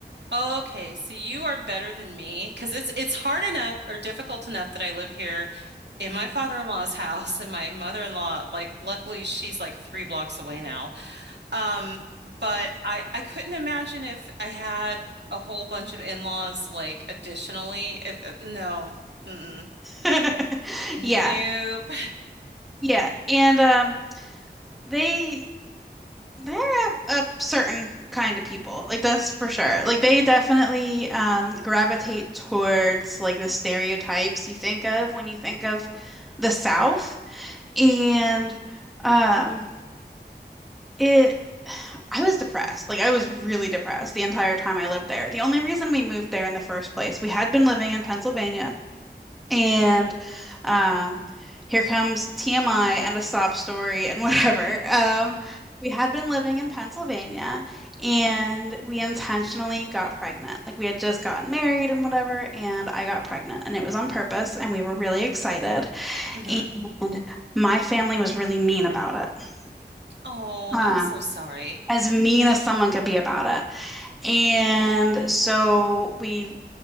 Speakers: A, on the right; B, in the centre.
A: Okay, so you are better than me because it's it's hard enough or difficult enough that I live here in my father-in-law's <laughs> house and my mother-in-law, like luckily she's like three blocks away now. Um, but I I couldn't imagine if I had a whole bunch of in-laws like additionally if uh, no. Mm-mm.
B: <laughs>
A: Nope.
B: Yeah, yeah. And um, they They're a, a certain kind of people. Like that's for sure. Like they definitely um gravitate towards like the stereotypes you think of when you think of the South. And um it I was depressed. Like I was really depressed the entire time I lived there. The only reason we moved there in the first place, we had been living in Pennsylvania and um, here comes TMI and a sob story and <laughs> whatever. Um, we had been living in Pennsylvania and we intentionally got pregnant. Like we had just gotten married and whatever, and I got pregnant and it was on purpose and we were really excited.
A: Mm-hmm.
B: And my family was really mean about it.
A: Oh,
B: Um,
A: I'm so sorry.
B: as mean as someone could be about it. And so we